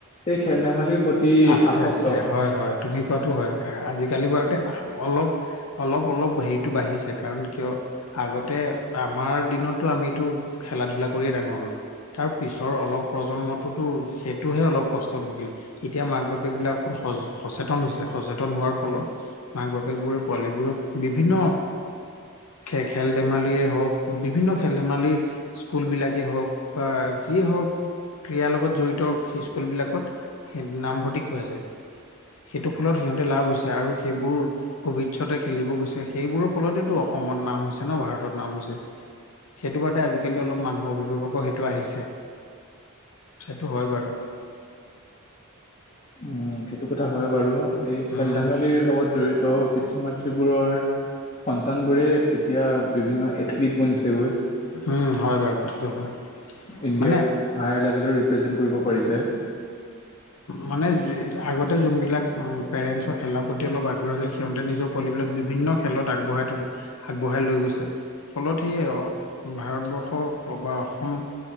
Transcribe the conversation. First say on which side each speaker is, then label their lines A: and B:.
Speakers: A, on the left; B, on the left.
A: এই খেল ধেমালিৰ প্ৰতি
B: আছে
A: আসক্ত।
B: আছে হয় হয় তুমি কোৱাটো হয় কাৰ আজিকালি বাৰুতে অলপ অলপ অলপ হেৰিটো বাঢ়িছে, কাৰণ কিয় আগতে আমাৰ দিনতো আমিতো খেলা ধূলা কৰিয়ে ডাঙৰ হ'লোঁ, তাৰ পিছৰ অলপ প্ৰজন্মটোতো সেইটোহে অলপ কষ্টত ভুগিল এতিয়া মাক বাপেকবিলাক অকণ সচেতন হৈছে। সচেতন হোৱাৰ ফলত, মাক বাপেকবোৰে পোৱালীবোৰক বিভিন্ন খে খেল ধেমালিয়ে হওক, বিভিন্ন খেল ধেমালি স্কুলবিলাকেই হওক বা যিয়ে হওক ক্ৰীড়াৰ লগত জড়িত সেই স্কুলবিলাকত। নামভৰ্তি কৰাইছে, সেইটো ফলত সিহঁতে লাভ হৈছে আৰু সেইবোৰ ভৱিষ্যতে খেলিব গৈছে, সেইবোৰৰ ফলতেটো অসমত নাম হৈছে। ভাৰতত নাম হৈছে, সেইটো বাদে আজিকালি অলপ মানুহ অভিভাৱকো সেইটো আহিছে, সেইটো হয় বাৰু।
A: উম। সেইটো কথা হয় বাৰু, এই খেল
B: উম
A: ধেমালিৰ লগত জড়িত পিতৃ মাতৃবোৰৰ সন্তানবোৰে এতিয়া বিভিন্ন এথলিট বনিছে গৈ।
B: উম হয় বাৰু কথাটো হয়,
A: ইণ্ডিয়াক
B: মানে
A: হায়াৰ লেভেলৰ ৰিপ্ৰেজেন্ট কৰিব পাৰিছে
B: মানে আগতে যোনবিলাক পেৰেণ্টছৰ খেলাৰ প্ৰতি অলপ আগ্ৰহ আছিল। সিহঁতে নিজৰ পোৱালিবিলাক বিভিন্ন খেলত আগবঢ়াই ত আগবঢ়াই লৈ গৈছে। ফলত সে অ ভাৰতবৰ্ষ অ বা অসম